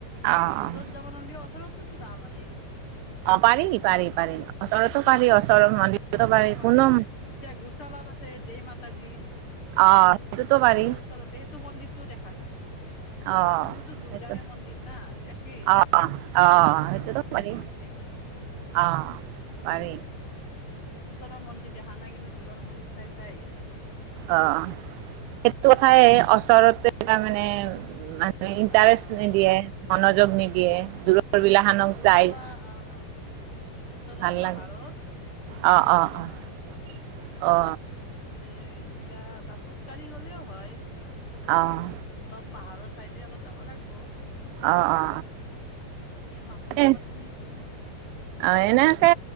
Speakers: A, on the right; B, on the left.
A: অ',
B: দূৰত
A: অ'।
B: যাব নহলে ওচৰতোটো যাব পাৰিল।
A: অ', পাৰি পাৰি পাৰি
B: <unintelligible>
A: ওচৰতো পাৰি ওচৰৰ মন্দিৰতো
B: অ
A: পাৰি কোনো
B: এতিয়া গোচলত আছে যে মান। যে
A: অ',
B: সেইটোতো
A: পাৰি
B: ওচৰতে সেইটো মন্দিৰটোও দেখা নাই।
A: অ',
B: এইটোতো দুৰ্গাৰে
A: সেইটো
B: মন্দিৰ না। একেই
A: অ', অ', সেইটোতো
B: বৈষ্ণৱ
A: পাৰি
B: মন্দিৰ বুলি কয়।
A: অ।
B: মন্দিৰৰ।
A: পাৰি
B: ওচৰৰ মন্দিৰ দেখা নাই কিন্তু দূৰৰ মন্দিৰ চাই চাই আহি আছো।
A: অ', সেইটো কথাই ওচৰতে তাৰমানে মানুহে ইণ্টাৰেষ্ট
B: আহ
A: নিদিয়ে, মনোযোগ নিদিয়ে, দূৰ ৰ বিল খানক
B: গোচলা
A: যায়।
B: আহ গোচলা
A: ভাল
B: পাহাৰত
A: লাগে। অ-অ-অ,
B: গোচলা পাহাৰত
A: অ।
B: তাতে ৰিচকা বা খোজ কাঢ়ি গলেও হয়।
A: অ',
B: অলপ পাহাৰৰ চাইডে অলপ যাব লাগব।
A: অ-অ-অ।
B: মানুহৰ মুখত
A: এনে
B: শুনিছো
A: আৰু এনেকে